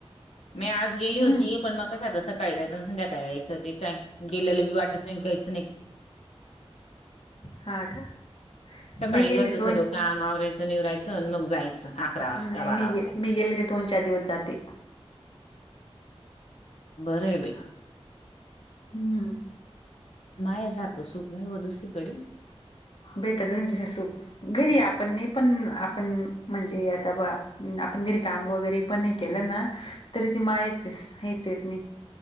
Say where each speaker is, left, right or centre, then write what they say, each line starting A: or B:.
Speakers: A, on the left (about 80°); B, on the left (about 55°).
A: मी आज गेली होती
B: हम्म
A: पण मग कस आता सकाळी जायचं संध्याकाळी यायचं ते काय गेलेलं बी वाटत नाही कायचं नाही.
B: ह का
A: सकाळी
B: मी गेले
A: घरचं
B: दोन
A: सर्व काम आवरायचं निवरायचं मग जायचं. अकरा वाजता
B: ह् नाही
A: बारा वाजता
B: मी गेले तर दोन-चार दिवस जाते.
A: बर ये बाई.
B: हम्म
A: माहेरसारखं सुख नाही व दुसरीकडेच
B: भेटत नाही तस सुख घरी आपण नाही पण आपण म्हणजे आता बा आपण घरी काम वगैरे पण हे केलं ना तरी ती मायाची ह तेेत नाही.